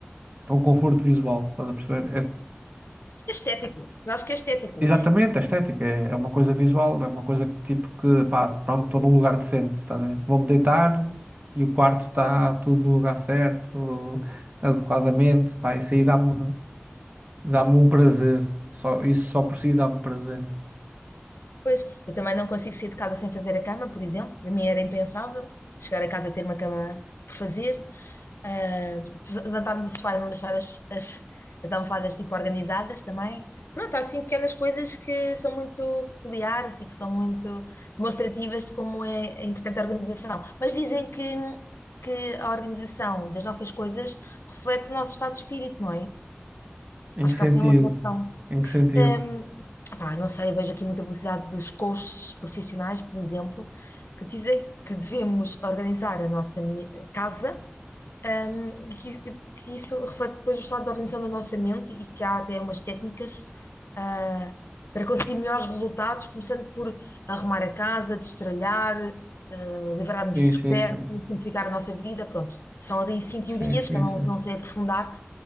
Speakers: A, on the right; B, on the left.
A: é um conforto visual, estás a perceber?
B: É estético, eu acho que é estético.
A: Exatamente, a estética é, é uma coisa visual, é uma coisa que, tipo que, pá, pronto, estou num lugar decente, tá bem? Vou-me deitar e o quarto está tudo no lugar certo, adequadamente, pá, isso aí dá-me dá-me um prazer, só, isso só por si dá-me prazer.
B: Pois, eu também não consigo sair de casa sem fazer a cama, por exemplo. Para mim era impensável chegar a casa e ter uma cama por fazer. Ah, levantar-me do sofá e não deixar as, as, as almofadas tipo organizadas também. Pronto, há assim pequenas coisas que são muito peculiares e que são muito demonstrativas de como é, é importante a organização. Mas dizem que, que a organização das nossas coisas reflete o nosso estado de espírito, não é?
A: Em
B: Acho
A: que sentido?
B: que há assim uma relação.
A: Em que sentido?
B: Hum, pá, não sei, eu vejo aqui muita publicidade dos coaches profissionais, por exemplo, que dizem que devemos organizar a nossa me- casa, hum, e que, isso que isso reflete depois o estado de organização da nossa mente e que há até umas técnicas, ah, para conseguir melhores resultados, começando por arrumar a casa, destralhar, ah, livrarmos
A: Sim,
B: do supérfluo,
A: sim, sim,
B: simplificar a nossa vida, pronto. São ali sim teorias
A: sim, sim,
B: que eu não,
A: sim.
B: não sei aprofundar,